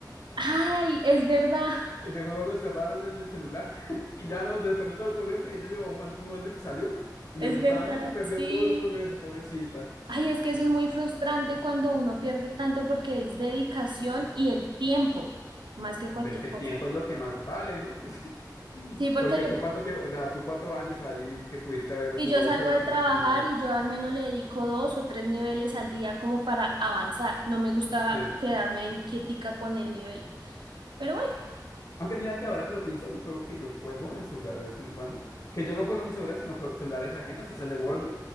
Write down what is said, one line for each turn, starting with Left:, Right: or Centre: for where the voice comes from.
Right: Ay, es verdad, <laughs>
Left: Ese juego lo cerraron en el celular <laughs> y ya no, se le perdió todo el progreso y ella llevó jugando ese juego desde que salió y
Right: es
Left: le gustaba
Right: verdad,
Left: mucho y perdió
Right: sí.
Left: todo el progreso, pobrecita.
Right: Ay, es que eso
Left: Sí.
Right: es muy frustrante cuando uno pierde tanto porque es dedicación y el tiempo, más que cualquier
Left: Ves que el
Right: cosa.
Left: tiempo es lo que más vale, ¿no? <laughs> Pues,
Right: Sí, porque
Left: Porque
Right: yo
Left: tú cuánto tiempo, o sea, tú cuatro años ahí que pudiste haber
Right: Y
Left: jugado
Right: yo salgo
Left: un juego
Right: de
Left: que
Right: trabajar
Left: no se eliminara.
Right: y yo al menos le dedico dos o tres niveles al día como para avanzar. No me gusta
Left: Sí.
Right: quedarme ahí quietica con el nivel. Pero bueno,
Left: Aunque mira que ahora que lo pienso, un juego que yo juego en celular de vez en cuando, que yo no juego en mi celular, sino juego celulares ajenos, es el de Wordy,